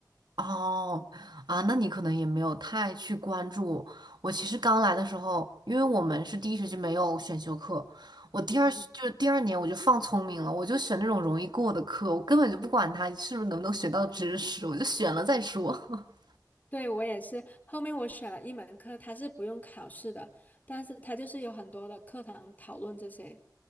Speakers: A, on the right (about 75°); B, on the left (about 25°).
A: 哦，啊，那你可能也没有太去关注。我其实刚来的时候，因为我们是第一学期没有选修课，我第二学就是第二年我就放聪明了，
B: 嗯，
A: 我就选那种容易过的课，我根本就不管它是不是能不能学到知识，我就选了再说。<laughs>
B: <laughs> 对，我也是。后面我选了一门课，它是不用考试的，但是它就是有很多的课堂讨论这些，